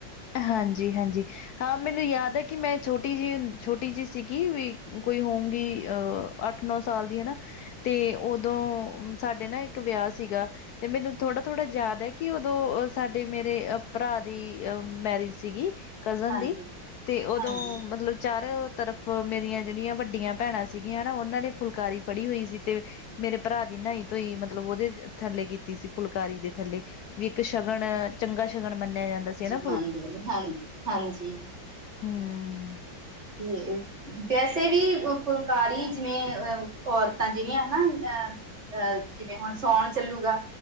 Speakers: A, on the left (about 70°); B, on the right (about 35°).
A: ਹਾਂਜੀ ਹਾਂਜੀ ਹਾਂ ਮੈਨੂੰ ਯਾਦ ਐ ਕਿ ਮੈਂ ਛੋਟੀ ਜਿਹੀ ਛੋਟੀ ਜਿ ਸੀਗੀ ਵੀ ਕੋਈ ਹੋਊਗੀ ਅਹ ਅੱਠ- ਨੌ ਸਾਲ ਦੀ ਹਨਾ ਤੇ ਉਦੋਂ ਸਾਡੇ ਨਾ ਇੱਕ ਵਿਆਹ ਸੀਗਾ। ਤੇ ਮੈਨੂੰ ਥੋੜਾ- ਥੋੜ੍ਹਾ ਯਾਦ ਹੈ ਕਿ ਉਦੋਂ ਅਹ ਸਾਡੇ ਮੇਰੇ ਅਹ ਭਰਾ ਦੀ ਅਹ ਮੈਰਿਜ ਸੀਗੀ ਕਜ਼ਨ
B: ਹਾਂਜੀ
A: ਦੀ ਤੇ ਉਦੋਂ
B: ਹਾਂਜੀ
A: ਮਤਲਬ ਚਾਰੋ ਤਰਫ ਮੇਰੀਆਂ ਜਿਹੜੀਆਂ ਵੱਡੀਆਂ ਭੈਣਾਂ ਸੀਗੀਆਂ ਹੈ ਨਾ ਉਹਨਾਂ ਨੇ ਫੁਲਕਾਰੀ ਫੜੀ ਹੋਈ ਸੀ ਤੇ ਮੇਰੇ ਭਰਾ ਦੀ ਨਾਈ ਧੋਈ ਮਤਲਬ ਉਹਦੇ ਥੱਲੇ ਕੀਤੀ ਸੀ ਫੁਲਕਾਰੀ ਦੇ ਥੱਲੇ ਵੀ ਇੱਕ ਸ਼ਗਨ ਚੰਗਾ ਸ਼ਗਨ ਮੰਨਿਆ ਜਾਂਦਾ ਸੀ ਹਨਾ
B: ਮੰਨਦੇ ਹਾਂਜੀ -ਹਾਂਜੀ
A: ਹਮਮ
B: <unintelligible> ਵੈਸੇ ਵੀ ਫੁਲਕਾਰੀ ਜਿਵੇਂ ਅਹ ਔਰਤਾਂ ਜਿਹੜੀਆਂ ਹਨਾ ਅਹ ਅਹ ਜਿਵੇਂ ਹੁਣ ਸਾਉਣ ਚੱਲੂਗਾ